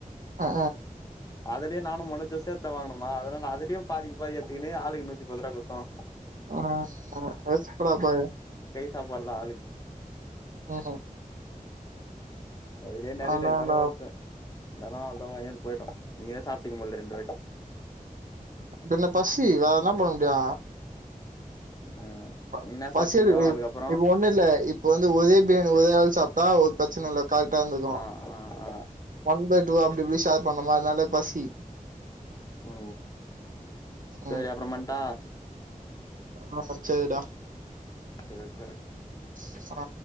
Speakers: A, on the right; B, on the left.
A: அஆ
B: அதிலியே நானு மனோஜூ சேந் து வாங்குனமா அதனால அதலயு பாதிக்கு பாதி எடுத்துக்குனு ஆளுக்கு நூத்தி பத்து ரூபா குடுத்தா
A: ஆமமா அது <unintelligible> பாரு
B: சாப்பாடுதா ஆளுக்கு
A: ம்
B: வயிரே நெறையில
A: அதனால
B: இருந்தாலு வன்ட்ட இந்தான்னா அவ்ளவா ஏந்து போயிட்டோ நீயே சாப்ட்டீங்து போல ரெண்டு பேர்த்து
A: பின்ன பசி வேறென்ன பண்ண முடியு
B: ம்
A: ப
B: நீங்க என்ன
A: பசியெடுக்குது
B: சாப்ட்டீங்கோ அதுக்கப்புறோ
A: இப்போ ஒண்ணு இல்ல இப்ப வந்து ஒரே பிரியாணி ஒரே ஆள் சாப்ட்டா ஒத் பிரச்சனல்ல கரெட்டா இருந்து
B: ஆ ஆ ஆ
A: ஒன் பை டூ அப்டி போய் சேர் பண்ணோமா அதுனால பசி
B: ஓ சேரி
A: ம்
B: அப்புறமேட்டா
A: ஆ சேர்டா
B: ம் சேர் சேர்
A: ஆ